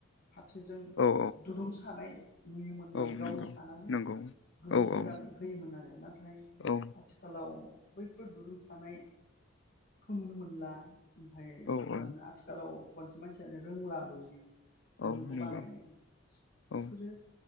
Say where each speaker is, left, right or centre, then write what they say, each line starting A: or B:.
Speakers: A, on the left; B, on the left.
A: फाथोजों
B: औ
A: दुरुं सानाय नुयोमोन माने
B: औ
A: गावनो
B: नंगौ
A: सानानै
B: नंगौ
A: दुरुं
B: औ
A: गोदान
B: औ
A: होयोमोन आरो नाथाय
B: औ
A: आथिखालाव बैफोर दुरुं सानाय खौ नुनो मोनला ओमफाय
B: औ औ
A: आथिखालाव बांसिन मानसियानो रोंलाबो बि दुरुंखौ
B: औ नंगौ
A: बानायनो बेफोरो
B: औ